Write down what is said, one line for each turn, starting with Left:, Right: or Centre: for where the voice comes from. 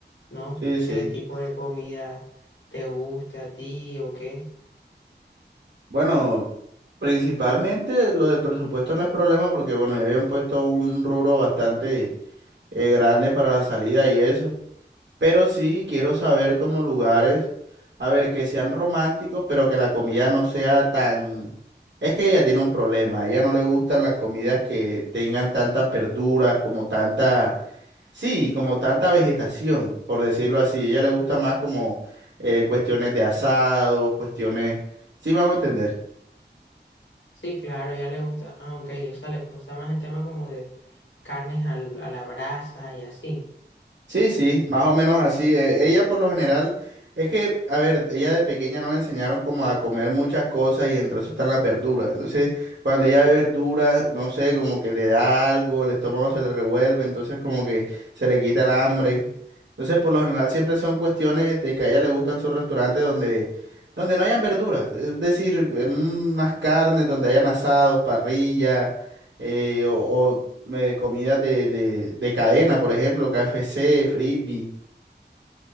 Left: ¿no?
Right: sí, sí.
Left: ¿Qué tipo de comida te gusta a ti o qué?
Right: Bueno, principalmente lo del presupuesto no es problema porque, bueno, ya habían puesto un rubro bastante eh, grande para la salida y eso. Pero sí quiero saber como lugares, a ver, que sean románticos, pero que la comida no sea tan... Es que ella tiene un problema, a ella no le gustan las comidas que tengan tantas verduras, como tanta... Sí, como tanta vegetación, por decirlo así. A ella le gusta más como eh, cuestiones de asado, cuestiones... ¿Sí me hago entender?
Left: Sí, claro, ya le gusta, ah, ok, o sea, le gusta más el tema como de carnes al- a la brasa y así.
Right: Sí, sí, más o menos así. eh, Ella por lo general, es que, a ver, ella de pequeña no le enseñaron como a comer muchas cosas y entre eso están las verduras. Entonces, cuando ella ve verduras, no sé, como que le da algo, el estómago se le revuelve, entonces como que se le quita el hambre. Entonces, por lo general siempre son cuestiones de que a ella le gustan sus restaurantes donde, donde no hayan verduras. Es decir, en unas carnes donde hayan asados, parrilla, eh, o, eh, comidas de, de, de cadena, por ejemplo, KFC, Frisbee.